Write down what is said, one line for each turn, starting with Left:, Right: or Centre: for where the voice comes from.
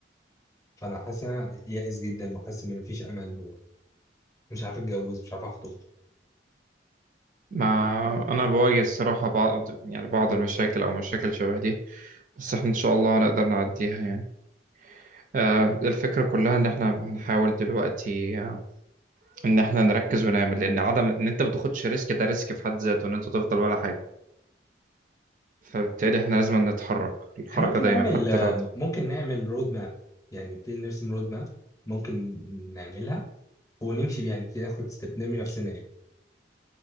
Left: فانا حاسس ان انا يائس جدا وحاسس ان مفيش امل ومش عارف اتجوز مش عارف اخطب
Right: ما أنا بواجه الصراحة بعض يعني بعض المشاكل أو مشاكل شبه دي بس إحنا إن شاء الله هنقدر نعديها يعني آه، الفكرة كلها إن إحنا هنحاول دلوقتي آه، إن إحنا نركز ونعمل لأن عدم إن أنت ما تاخدش ريسك ده ريسك في حد ذاته إن أنت تفضل ولا حاجة فبالتالي إحنا لازم نتحرك الحركة
Left: إحنا ممكن
Right: دايما
Left: نعمل
Right: حتى لو
Left: ممكن نعمل رود ماب يعني نبتدي نرسم رود ماب ممكن نعملها ونمشي بيها يعني نبتدي ناخد ستيب نرمي نفسنا يعني